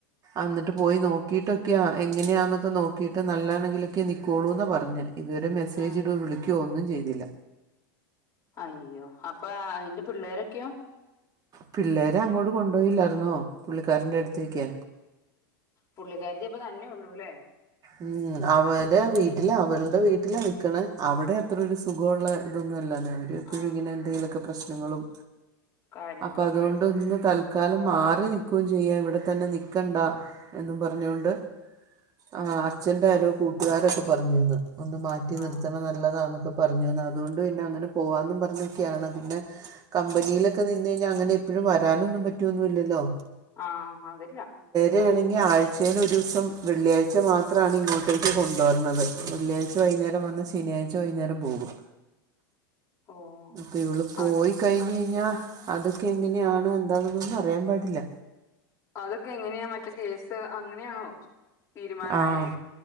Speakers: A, on the right (about 35°); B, on the left (about 30°).
A: എന്നിട്ട് പോയി നോക്കിട്ടൊക്കെയാ എങ്ങനെയാ ന്നൊക്കെ നോക്കിട്ട് നല്ലാണെങ്കിലൊക്കെ നിക്കൊള്ളു ന്നാ പറഞ്ഞെ ഇതുവരെ മെസ്സേജ്
B: ആഹ്
A: ഇടോ വിളിക്കൊ ഒന്നും ചെയ്തില്ല
B: അയ്യോ അപ്പ അയ്ന്റെ പിള്ളേരൊക്കെയോ?
A: പിള്ളേര് അങ്ങോട്ട് കൊണ്ടോയില്ലായിരുന്നോ പുള്ളിക്കാരന്റെ അടുത്തേക്
B: പുള്ളിക്കാരത്തി ഇപ്പ തന്നയേ ഉള്ളൂ ല്ലേ?
A: ഉം ഉം അവരെ വീട്ടില് അവളുടെ വീട്ടിൽ നിക്കണ. അവിടെ അത്രൊ ഒരു സുഖമുള്ള ഇതൊന്നും ല്ലന്ന എപ്പയുങ്ങനെ
B: ആഹ്
A: എന്തേലൊക്കെ പ്രശ്നങ്ങളും.
B: കാര്യങ്ങളൊക്കെയാ
A: അപ്പ അതോണ്ടൊന്ന് തൽ കാലം മാറി നിൽക്കുകയും ചെയ്യാ ഇവിടെത്തന്നെ നിൽക്കണ്ട എന്നും പറഞ്ഞുകൊണ്ട് ആഹ് അച്ഛന്റെ ആരോ കൂട്ടുകാരൊക്കെ പറഞ്ഞുന്ന് ഒന്ന് മാറ്റി നിർത്തണം
B: ആഹ്
A: നല്ലതാന്നൊക്കെ പറഞ്ഞു അതോണ്ട് പിന്നെ അങ്ങനെ പോവാന്നും പർഞ്ഞൊക്കെയാണ് പിന്നെ കമ്പനിയിലൊക്കെ നിന്ന് കഴിഞ്ഞാൽ അങ്ങനെ എപ്പഴും വരാനൊന്നും പറ്റോ ന്നുല്ലല്ലോ
B: ആഹ് അതില്ല
A: യാണെങ്കിൽ ആഴ്ചയിൽ ഒരൂസം വെള്ളിയാഴ്ച മാത്രമാണ് ഇങ്ങോട്ടേക്ക് കൊണ്ടുവര്ണത്. വെള്ളിയാഴ്ച വൈന്നേരം വന്നാൽ ശനിയാഴ്ച വൈന്നേരം പോകും.
B: ഓഹ്
A: അപ്പൊ ഇവള് പോയി
B: അത്
A: കഴിഞ്ഞയ്‌ഞ്ഞാൽ അതൊക്കെ എങ്ങനെയാണ് എന്താന്നൊന്നും അറിയാൻ പാടില്ല
B: അതൊക്കെ എങ്ങനെയാ മറ്റേ കേസ് അങ്ങനെയാണോ? തീരുമാനായേ
A: ആഹ്